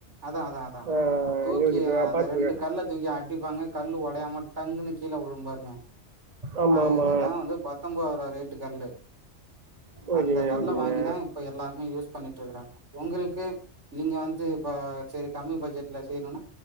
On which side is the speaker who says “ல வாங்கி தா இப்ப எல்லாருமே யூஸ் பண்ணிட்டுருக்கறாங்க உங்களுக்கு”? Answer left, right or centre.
Right